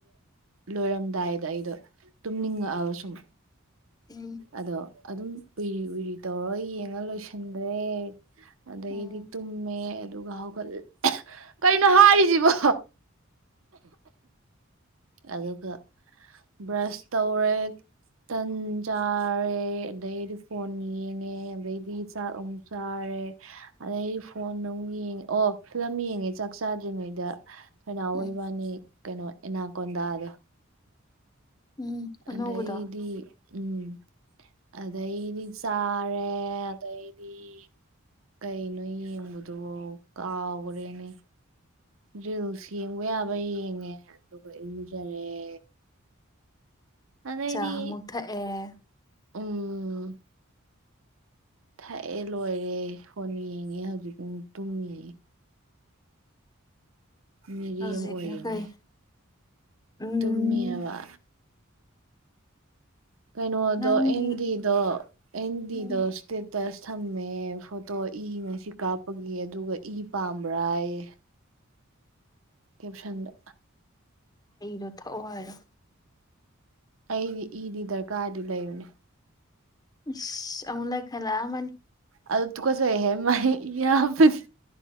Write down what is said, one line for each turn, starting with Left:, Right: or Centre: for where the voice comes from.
Right: ꯂꯣꯏꯔꯝꯗꯥꯏꯗ ꯑꯩꯗꯣ ꯇꯨꯝꯅꯤꯡꯉꯛꯑꯕ ꯁꯨꯝ
Left: ꯎꯝ
Right: ꯑꯗꯣ ꯑꯗꯨꯝ ꯎꯏꯔꯤ ꯎꯏꯔꯤ ꯇꯧꯔꯒ ꯌꯦꯡꯉ ꯂꯣꯏꯁꯤꯟꯈ꯭ꯔꯦ ꯑꯗꯩꯗꯤ
Left: ꯎꯝ
Right: ꯇꯨꯝꯃꯦ ꯑꯗꯨꯒ ꯍꯧꯒꯠ ꯀꯅꯣ ꯍꯥꯏꯔꯤꯁꯤꯕꯣ ꯑꯗꯨꯒ ꯕ꯭ꯔꯁ ꯇꯧꯔꯦ ꯇꯟ ꯆꯥꯔꯦ ꯑꯗꯩꯗꯤ ꯐꯣꯟ ꯌꯦꯡꯉꯦ ꯑꯗꯩꯗꯤ ꯆꯥꯛ ꯑꯃꯨꯛ ꯆꯥꯔꯦ ꯑꯗꯩꯗꯤ ꯐꯣꯟ ꯑꯃꯨꯛ ꯌꯦꯡꯉꯦ ꯑꯣ ꯐꯤꯂꯝ ꯌꯦꯡꯑꯦ ꯆꯥꯛ ꯆꯥꯗꯔꯤ ꯉꯩꯗ ꯑꯈꯣꯏꯅꯥꯎ
Left: ꯎꯝ
Right: ꯏꯕꯥꯅꯤ ꯀꯩꯅꯣ ꯑꯦꯅꯥꯀꯣꯟꯗꯥꯗꯣ
Left: ꯎꯝ ꯑꯅꯧꯕꯗꯣ
Right: ꯑꯗ꯭ꯩꯗꯤ ꯎꯝ ꯑꯗꯩꯗꯤ ꯆꯥꯔꯦ ꯑꯗꯩꯗꯤ ꯀꯩꯅꯣ ꯌꯦꯡꯕꯗꯣ ꯀꯥꯎꯈ꯭ꯔꯦꯅꯦ ꯔꯤꯜꯁ ꯌꯦꯡꯕ ꯌꯥꯕ ꯌꯦꯡꯉꯦ ꯑꯗꯨꯒ ꯏꯔꯨꯖꯔꯦ ꯑꯗꯩꯗꯤ
Left: ꯆꯥ ꯑꯃꯨꯛ ꯊꯛꯑꯦ
Right: ꯎꯝ ꯊꯛꯑꯦ ꯂꯣꯏꯔꯦ ꯐꯣꯟ ꯌꯦꯡꯉꯦ ꯍꯧꯖꯤꯛ ꯇꯨꯝꯃꯤ ꯃꯤꯔꯦꯝ
Left: ꯍꯧꯖꯤꯛꯅ
Right: ꯑꯣꯏꯔꯤꯅꯦ
Left: ꯀꯩ ꯎꯝ
Right: ꯇꯨꯃꯤ ꯍꯥꯏꯕ ꯀꯩꯅꯣꯗꯣ
Left: ꯅꯪꯒꯤ
Right: ꯑꯟꯗꯤꯗꯣ ꯑꯟꯗꯤꯗꯣ
Left: ꯎꯝ
Right: ꯁꯇꯦꯇꯁ ꯊꯝꯃꯦ ꯐꯣꯇꯣ ꯏ ꯉꯁꯤ ꯀꯥꯞꯄꯒꯤ ꯑꯗꯨꯒ ꯏ ꯄꯥꯝꯕ꯭ꯔꯥꯥꯌꯦ ꯀꯦꯞꯁꯟꯗ
Left: ꯑꯩꯔꯣ ꯊꯛꯑꯣ ꯍꯥꯏꯔꯣ
Right: ꯑꯩꯗꯤ ꯏꯗꯤ ꯗꯔꯀꯥꯔꯗꯤ ꯂꯩꯕꯅꯦ
Left: ꯏꯁ ꯑꯃꯨꯛ ꯂꯩꯈꯠꯂꯑꯃꯅꯤ
Right: ꯑꯗꯨ ꯇꯨꯒꯠꯆꯩ ꯍꯦ ꯃꯥ ꯌꯥ ꯍꯥꯞꯄꯗꯤ